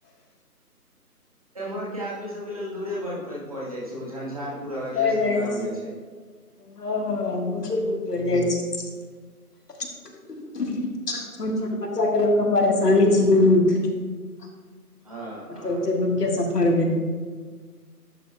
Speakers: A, on the right; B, on the left.
A: एम्हर केँ आदमी सब केँ लेल दूरे बड पड़ जाय छै झंझारपुर अररिया
B: पड़ि जाइ
A: संगग्राम में छै
B: हँ हँ बहुत दिन पहिने <unintelligible> <unintelligible> छोट छोट बच्चाे ले कऽ परेशानी छै दुध <inaudible>
A: हँ
B: ओते
A: हँ
B: ओते दुर केँ सफर में